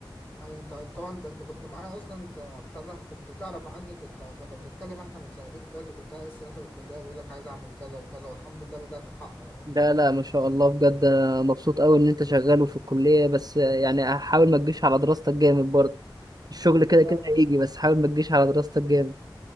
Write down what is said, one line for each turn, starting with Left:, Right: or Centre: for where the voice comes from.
Left: ايوه انت طبعا ده انت كنت معايا اصلا انت بتاع ده كنت تعرف عني كنت كنا بنتكلم احنا من سنتين فاتوا كنت انا لسه داخل الكليه بقول لك عايز اعمل كذا وكذا والحمد لله بدات احقق اهو
Right: لا لا ما شاء الله بجد أنا مبسوط قوي ان انت شغال وفي الكلية بس يعني حاول ما تجيش على دراستك جامد برضه الشغل كده
Left: لا
Right: كده
Left: لا
Right: هيجي بس حاول ما تجيش على دراستك جامد